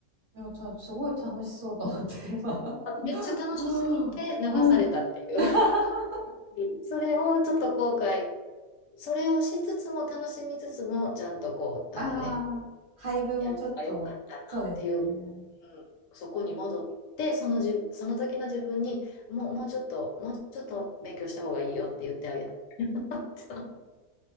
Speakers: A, on the right; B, on the left.
A: いや、ちょすごい楽しそうと思って、今。
B: あめっちゃ楽しすぎて流されたっていう。
A: <laughs> うん。<laughs>
B: <laughs> それをちょっと後悔、それをしつつも楽しみつつも、ちゃんとこう、
A: ああ、
B: なんかね、
A: 配分をちょっと、
B: やればよかったなっていううんそこに戻って、
A: そうですね。
B: そのじ、その時の自分に、もう、もうちょっと、もうちょっと勉強した方がいいよって言ってあげたって <laughs>